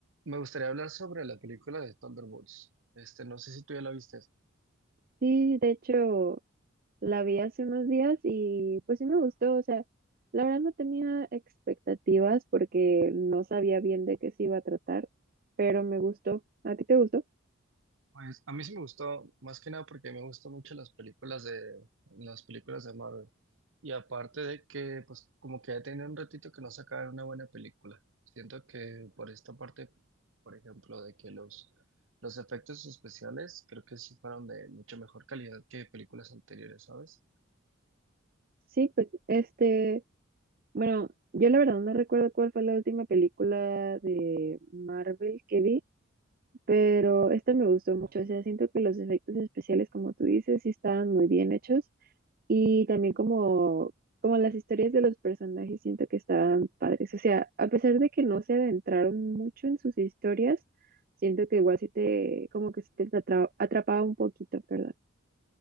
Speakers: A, on the right; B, on the right.
A: Me gustaría hablar sobre la película de Thunderbolts. Este, no sé si tú ya la viste.
B: Sí, de hecho, la vi hace unos días y pues sí me gustó, o sea, la verdad no tenía expectativas porque no sabía bien de qué se iba a tratar, pero me gustó. ¿A ti te gustó?
A: Pues a mí sí me gustó, más que nada porque me gustan mucho las películas de las películas de Marvel. Y aparte de que, pues como que ya tenía un ratito que no sacaban una buena película. Siento que por esta parte, por ejemplo, de que los los efectos especiales creo que sí fueron de mucha mejor calidad que películas anteriores, ¿sabes?
B: Sí, pues este, bueno, yo la verdad no recuerdo cuál fue la última película de Marvel que vi, pero esta me gustó mucho, o sea, siento que los efectos especiales, como tú dices, sí estaban muy bien hechos. Y también como, como las historias de los personajes siento que estaban padres. O sea, a pesar de que no se adentraron mucho en sus historias, siento que igual sí te, como que sí te atra- atrapaba un poquito, perdón.